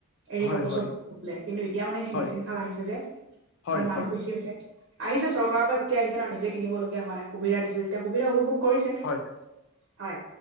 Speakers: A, on the right; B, on the left.
A: এৰি
B: হয়
A: কাপোৰ
B: হয়
A: চব বলে। কিন্তু এতিয়া মানে সেই
B: হয়
A: মেচিন খাল আহিছে যে
B: হয়
A: মানে মানুহ
B: হয়
A: বেছি হৈছে। আহিছে চৰকাৰৰ পৰা যেতিয়া আহিছে ন, নিজে কিনিবলগীয়া হোৱা নাই। সুবিধা দিছে যেতিয়া সুবিধা উপভোগ কৰিছে।
B: হয়।
A: হয়।